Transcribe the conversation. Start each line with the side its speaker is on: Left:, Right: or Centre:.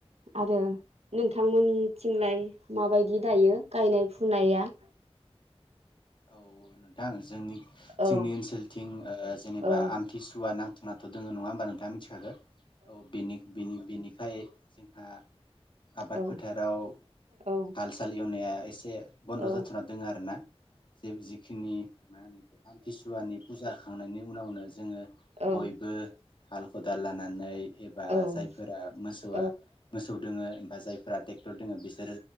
Left: औ
Right: आरो नों नोंथांमोननिथिंलाय माबायदि दायो गायनाय फुनाया
Left: औ नोंथां जोंनि
Right: औ
Left: जोंनि ओनसोलथिंओ जेनेबा
Right: औ
Left: आमथिसुवा नांग नाथ' दङ नङा होनोबा नोंथाङा मिथिखागो औ बेनि बेनि बेनि खाय जोंहा आबाद
Right: औ
Left: फोथाराव
Right: औ
Left: हाल साल एवनाया एसे बन्द'
Right: औ
Left: जाथारना दोङो आरो ना जे जिखिनि ओ आमथिसुवानि फुजा थांनायनि उनावनो जोङो
Right: औ
Left: बयबो हाल खदाल लानानै एबा
Right: औ
Left: जायफोरा मोसौआ
Right: औ
Left: मोसौ दोङो बा जायफोरा ट्रेक्टर दङ बिसोरो